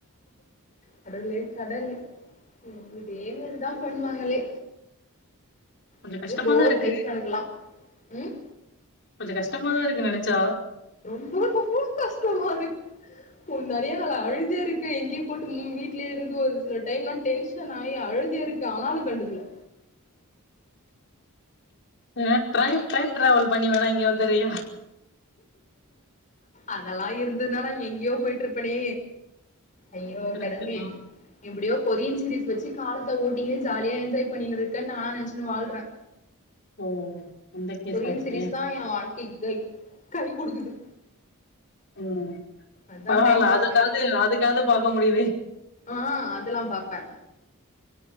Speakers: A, on the left; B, on the left.
A: கடவுளே கடவுளே ம் இதே மேரிதா பண்ணுவாங்களே
B: கொஞ்சோ
A: அப்டியே
B: கஷ்டமாதா
A: போர்
B: இருக்கு
A: லைப் எனக்குலாம உம்
B: கொஞ்ச கஷ்டமாதா இருக்கு நெனச்சா
A: ரொம்போ ரொம்போ கஷ்டமா இருக்கு நெறைய நாளா அழுதேருக்கு எங்கியோ கூட்டுனுப்போ வீட்டலய இருந்து ஒரு சில டைம்லாம் டென்ஷன் ஆயி அழு எழுதிருக்கு ஆனாலு கண்டுக்கல
B: உம் ட்ரைம் டைம் டிராவல் பண்ணி வேணா இங்க வந்தரியா
A: அதெல்லா இருந்ததுன்னா நா எங்கியோ போயிட்டுருப்பேனே ஐயோ
B: கரெக்ட்டுதா
A: கடவளே எப்டியோ கொரியன் சீரீஸ் வச்சு காலத்த ஓட்டிகின்னு ஜாலியா என்ஜாய் பண்ணினுருக்கேன்னு நா நெனச்சுன்னு வாழ்றே
B: ஓ அந்த கேஸா
A: கொரியன்
B: நீங்க
A: சீரீஸ் தா என் வாழ்க்கைக்கு கை கை குடுக்குது
B: ம்
A: அதா
B: பரவால்ல
A: டைம் பாஸ்
B: அதுக்காது
A: எனக்கு
B: அதுக்காது பாக்க முடிதே
A: ஆ அதெல்லா பாப்பே